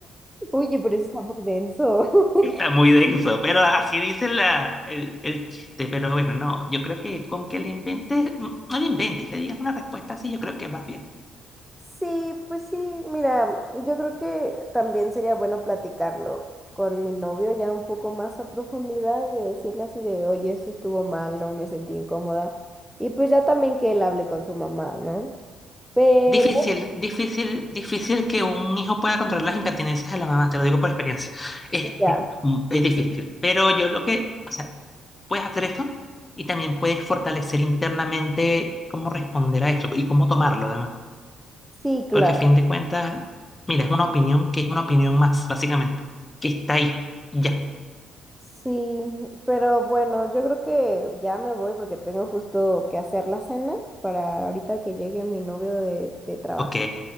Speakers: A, in the centre; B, on the left (about 25°).
A: Oye, pero eso está muy denso. <laughs>
B: Está muy denso, pero así dice la, el, el chiste. Pero bueno, no, yo creo que con que le inventes, mm, no le inventes, le digas una respuesta así, yo creo que va bien.
A: Sí, pues sí, mira, yo creo que también sería bueno platicarlo con mi novio ya un poco más a profundidad, de decirle así de, oye, esto estuvo mal, no me sentí incómoda. Y pues ya también que él hable con su mamá, ¿no? Pero
B: Difícil, difícil, difícil que un hijo pueda controlar las impertinencias de la mamá, te lo digo por experiencia. <laughs> Este,
A: ya,
B: mm, es difícil, pero yo lo que, o sea, puedes hacer eso y también puedes fortalecer internamente cómo responder a eso y cómo tomarlo además,
A: sí, claro.
B: porque a fin de cuentas, mira, es una opinión que es una opinión más, básicamente, que está ahí, ya,
A: Sí, pero bueno, yo creo que ya me voy porque tengo justo que hacer la cena para ahorita que llegue mi novio de, de trabajar.
B: ok.